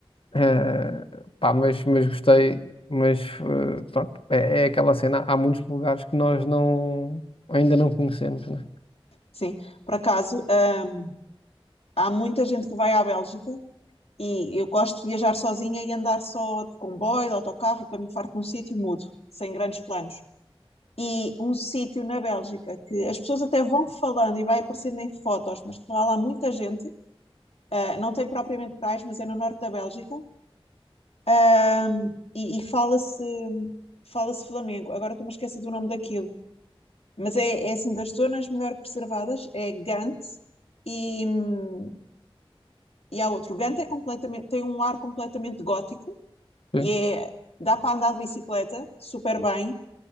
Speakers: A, on the left; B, on the left.
A: Eh, pá, mas, mas gostei. Mas eh, pronto, é, é aquela cena. Há muitos lugares que nós não, ainda não conhecemos, né?
B: sim. Por acaso, hum, há muita gente que vai à Bélgica E eu gosto de viajar sozinha e andar só de comboio, de autocarro, e quando me farto de um sítio, mudo, sem grandes planos. E um sítio na Bélgica que as pessoas até vão falando e vai aparecendo em fotos, mas lá lá muita gente, ah, não tem propriamente praias, mas é no norte da Bélgica, ah, e, e fala-se fala-se Flamengo. Agora estou-me a esquecer do nome daquilo, mas é, é assim das zonas melhor preservadas, é Gante e, hum, e há outro. Gante é completamente, tem um ar completamente gótico
A: Sim,
B: e é, dá para andar de bicicleta super bem.